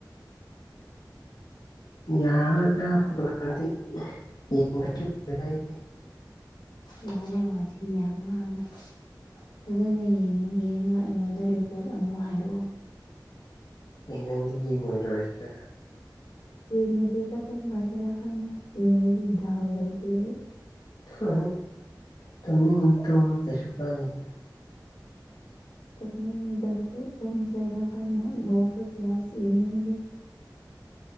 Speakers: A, on the left; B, on the left.
A: ꯎꯝ ꯌꯥꯔꯣꯏꯗ ꯐꯨꯠ <unintelligible>
B: ꯌꯥꯔꯦ ꯋꯥꯊꯤ ꯌꯥꯝ ꯉꯥꯡꯉꯦ ꯐꯖꯅ ꯌꯦꯡꯉꯣ ꯌꯦꯡꯉꯒ ꯑꯩꯉꯣꯟꯗ ꯔꯤꯄꯣꯔꯠ ꯑꯃꯨꯛ ꯍꯥꯏꯔꯛꯑꯣ
A: ꯑꯦ ꯅꯪꯗꯤ ꯌꯦꯡꯉꯣꯏꯗ꯭ꯔꯣ ꯍꯥꯏꯁꯦ
B: ꯌꯦꯡꯗꯕꯤ ꯇꯨꯃꯨꯔꯁꯤꯔ ꯈꯪꯗꯦ ꯌꯦꯡꯉꯗꯤ ꯗꯥꯥꯎ ꯂꯩꯗꯦ
A: ꯎ ꯇꯨꯝꯅꯤꯡꯉꯅ ꯇꯨꯝꯃꯨ ꯀꯩꯁꯨ ꯀꯥꯏꯗꯦ
B: ꯇꯨꯝꯅꯤꯡꯕ꯭ꯔꯁꯨ ꯇꯨꯝꯁꯔꯥ ꯍꯥꯏꯅ ꯕꯣꯜꯁꯨ ꯀꯌꯥꯁ ꯌꯦꯡꯅꯤꯡꯗꯦ